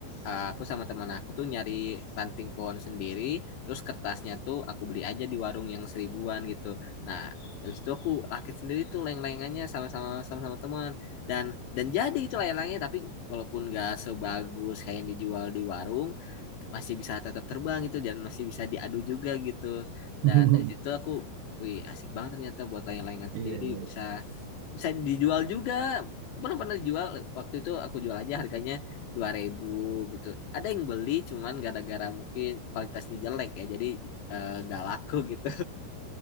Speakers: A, on the left; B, on the right.
A: eh, aku sama teman aku tuh nyari ranting pohon sendiri, terus kertasnya tuh aku beli aja di warung yang seribuan gitu. Nah, habis itu aku rakit sendiri tuh layang-layangannya sama-sama sama-sama teman dan dan jadi itu layang-layangnya tapi walaupun nggak sebagus kayak yang dijual di warung, masih bisa tetap terbang gitu dan masih bisa diadu juga gitu
B: <laughs>
A: dan dari situ aku wih asik banget ternyata buat layang-layangan sendiri
B: iya iya
A: bisa bisa dijual juga pernah pernah dijual waktu itu aku jual aja harganya 2000 gitu ada yang beli cuman gara-gara mungkin kualitasnya jelek ya jadi eh, nggak laku gitu